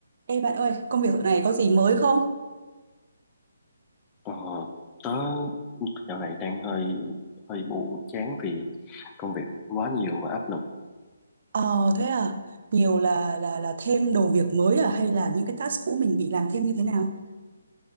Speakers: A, on the right; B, on the left.
A: Ê bạn ơi, công việc dạo này có gì mới không?
B: Ờ, tớ dạo này đang hơi hơi buồn chán vì công việc quá nhiều và áp lực.
A: Ờ thế à, nhiều là là là thêm đồ việc mới à hay là những cái task cũ mình bị làm thêm như thế nào?